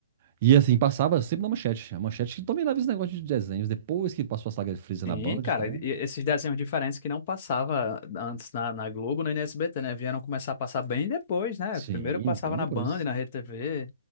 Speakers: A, on the right; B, on the left.
A: E assim, passava sempre na Manchete. A Manchete que dominava esse negócio de desenhos, depois que passou a saga de Freeza na
B: Sim,
A: Band
B: cara,
A: e tal.
B: e esses desenhos diferentes que não passava antes na, na Globo nem no SBT, né? Vieram começar a passar bem depois, né?
A: Sim,
B: Primeiro passava
A: bem depois.
B: na Band, na Rede TV,